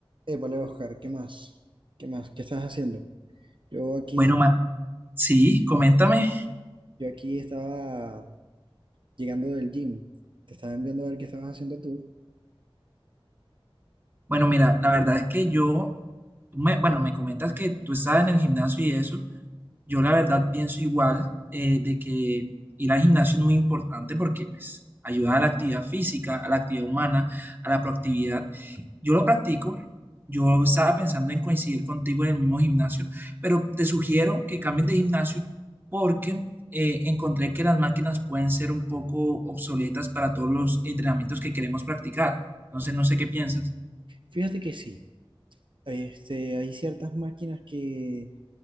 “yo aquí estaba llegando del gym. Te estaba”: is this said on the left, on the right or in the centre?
Right